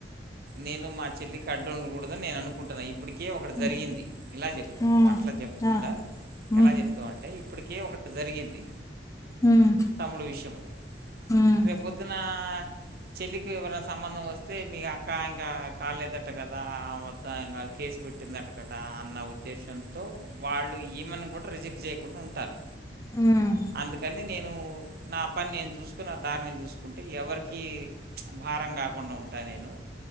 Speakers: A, on the right (about 60°); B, on the left (about 20°).
A: నేను మా చెల్లి కడ్డు ఉండకూడదని నేను అనుకుంటున ఇప్పటికి ఏ ఒకటి
B: ఆ!
A: జరిగింది ఇలా జెప్పు
B: ఉమ్
A: నువ్వు అట్ల జెప్పకుండా
B: ఆ
A: ఎలా
B: ఉమ్
A: జెప్తావంటే ఇప్పటిక్ కే ఒకటి ఒకటి జరిగింది
B: ఉమ్
A: తమ్ముడు విష్యంలో
B: ఉమ్
A: రేపొద్దున్న చెల్లికి ఎవరైనా సంబంధం వొస్తే మీ అక్క ఇంకా కాలేదట గదా మొత్తం ఇంగా కేసు పెట్టి పట్టిందంట కడా అన్న ఉద్దేశ్యంతో వాళ్ళు ఈమెని గూడా రిజెక్ట్ జేయకుండా ఉంటారు
B: ఉమ్
A: అందుకని నేను నాప్ పన్నేన్ జూస్కుని దార్ని జూస్కుంటే ఎవరికి ప్చ్ భారం గాకుండా ఉంటా నేను